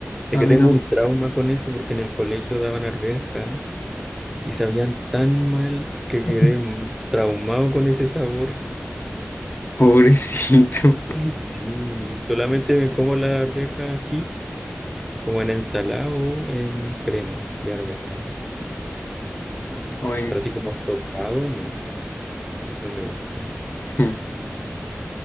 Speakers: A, in the centre; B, on the left.
A: Es
B: a
A: que
B: mí
A: tengo
B: no.
A: un trauma con eso porque en el colegio daban arveja y sabían tan mal que
B: <laughs>
A: quedé m- traumado con ese sabor.
B: Pobrecito.
A: <laughs> Sí, solamente me como la arveja así, como en ensalada o en crema de arveja.
B: <laughs> O
A: Pero así como estofado, no, no me gusta.
B: Hmm.